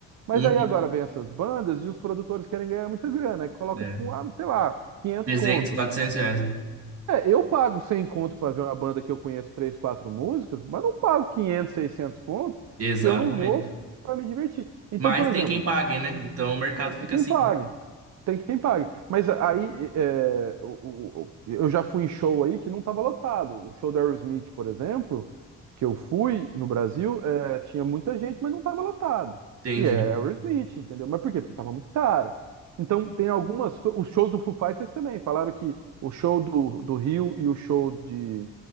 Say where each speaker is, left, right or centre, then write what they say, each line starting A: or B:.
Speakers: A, on the right; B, on the right.
A: Mas
B: Uhum.
A: aí agora vem essas bandas e os produtores querem ganhar muita grana, aí coloca
B: É.
A: tipo, ah, sei lá, 500
B: 300,
A: conto.
B: 400 reais. né?
A: É, eu pago 100 conto para ver uma banda que eu conheço 3, 4 músicas, mas não pago 500, 600 conto
B: Exatamente.
A: se eu não vou para me divertir. Então,
B: Mas
A: por exemplo,
B: tem quem pague, né? Então o mercado fica
A: quem
B: assim,
A: paga?
B: né?
A: Tem quem pague. Mas aí é, o- o- eu já fui em show aí que não estava lotado. O show do Aerosmith, por exemplo, que eu fui no Brasil, é, tinha muita gente, mas não estava lotado.
B: Entendi.
A: E é Aerosmith, entendeu? Mas por quê? Porque estava muito caro. Então tem algumas coisas. Os shows do Foo Fighters também. Falaram que o show do, do Rio e o show de,